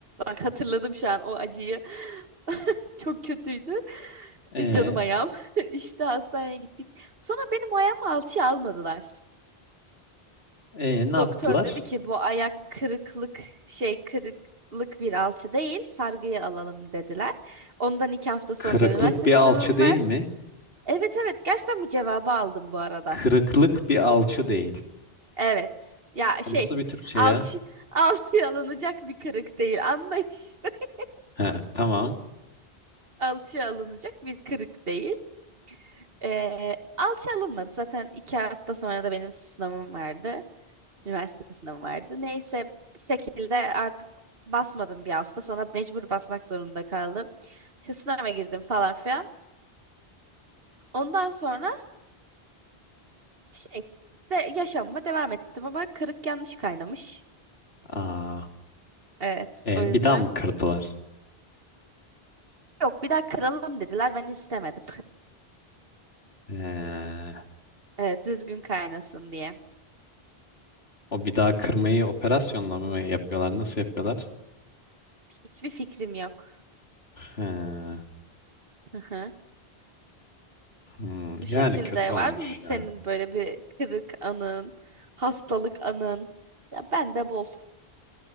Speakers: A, on the right; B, on the left.
A: Bak hatırladım şu an o acıyı. <laughs> Çok kötüydü.
B: E,
A: Canım ayağım. <laughs> İşte hastaneye gittik. Sonra benim ayağımı alçıya almadılar.
B: e ne yaptılar?
A: Doktor dedi ki bu ayak kırıklık şey kırıklık bir alçı değil sargıyı alalım dediler. Ondan iki hafta sonra
B: Kırıklık
A: da üniversite
B: bir
A: sınavım
B: alçı değil
A: var.
B: mi?
A: Evet evet gerçekten bu cevabı aldım bu arada.
B: Kırıklık bir alçı değil.
A: Evet. Ya şey
B: Nasıl bir Türkçe
A: alçı,
B: ya?
A: <laughs> alçıya alınacak bir kırık değil. Anla işte. <laughs>
B: He, tamam.
A: Alçıya alınacak bir kırık değil. Ee, alçı alınmadı. Zaten iki hafta sonra da benim sınavım vardı. Üniversite sınavım vardı. Neyse bir şekilde artık basmadım bir hafta. Sonra mecbur basmak zorunda kaldım. İşte sınava girdim falan filan. Ondan sonra şey de yaşamıma devam ettim ama kırık yanlış kaynamış.
B: Aa.
A: Evet
B: E,
A: o yüzden.
B: bir daha mı kırdılar?
A: Yok bir daha kıralım dediler. Ben istemedim. <laughs>
B: E,
A: Evet, düzgün kaynasın diye.
B: o bir daha kırmayı operasyonla mı yapıyorlar? Nasıl yapıyorlar?
A: Hiçbir fikrim yok.
B: He,
A: Hı hı.
B: hmm, yani
A: Bu şekilde
B: kötü olmuş
A: var mı senin
B: ya.
A: böyle bir kırık anın, hastalık anın? Ya ben de bul.